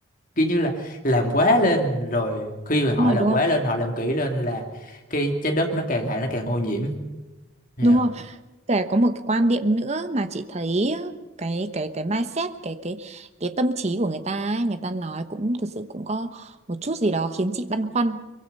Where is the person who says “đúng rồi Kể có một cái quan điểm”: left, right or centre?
Right